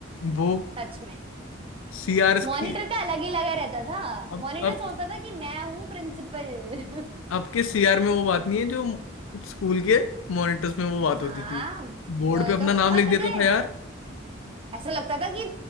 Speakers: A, on the left; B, on the right.
A: वो
B: सच में
A: सीआर
B: मॉनिटर
A: की
B: का अलग ही लगा रहता था
A: अब
B: मॉनिटर
A: अब
B: सोचता था कि मैं हूँ प्रिंसिपल <laughs>
A: आपके सीआर में वो बात नहीं है जो स्कूल के मॉनिटर्स में वो बात
B: हाँ
A: होती थी बोर्ड
B: वही
A: पे अपना
B: तो
A: नाम
B: और
A: लिख
B: पता
A: देता
B: है
A: था यार
B: ऐसा लगता था कि